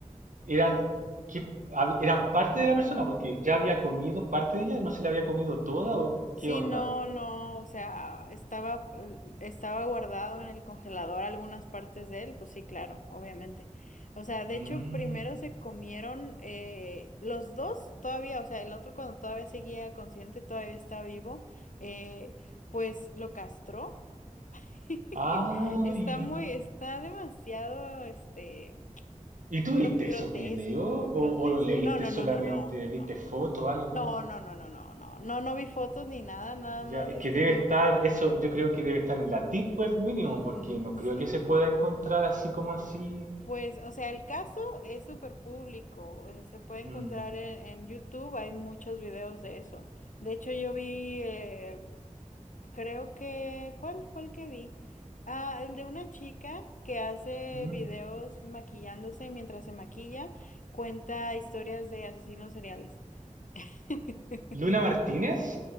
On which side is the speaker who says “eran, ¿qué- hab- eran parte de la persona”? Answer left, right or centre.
Right